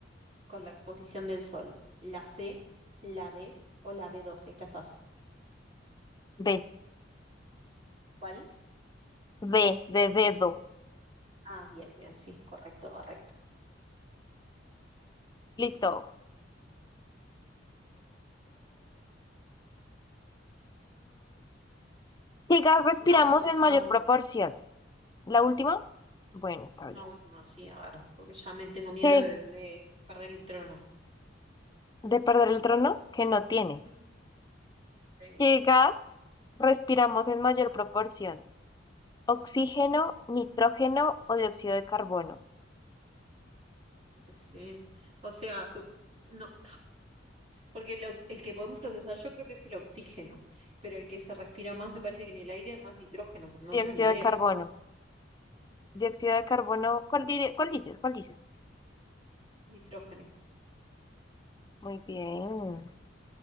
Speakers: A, on the right; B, on the left.
A: con la exposición del sol? ¿La C, la D o la B12? Está fácil.
B: D,
A: ¿Cuál?
B: D, de dedo.
A: Ah, bien, bien, sí, correcto, correcto.
B: Listo. ¿Qué gas respiramos
A: Una última,
B: en
A: una
B: mayor
A: última,
B: proporción? ¿La última? Bueno, está
A: una
B: bien.
A: última, sí, a ver, porque ya me tengo miedo
B: ¿Qué,
A: de, de perder el trono.
B: de perder el trono? Que no tienes.
A: <laughs> Tengo,
B: ¿Qué
A: sí,
B: gas respiramos en mayor proporción? ¿Oxígeno, nitrógeno o dióxido de carbono?
A: creo que sí. O sea, su- no, porque lo- el que podemos procesar yo creo que es el oxígeno, pero el que se respira más me parece que en el aire hay más nitrógeno, pero no
B: Dióxido
A: tengo ni idea,
B: de carbono.
A: supongo.
B: Dióxido de carbono, ¿cuál, dire- cuál dices? ¿Cuál dices?
A: Nitrógeno.
B: Muy bien.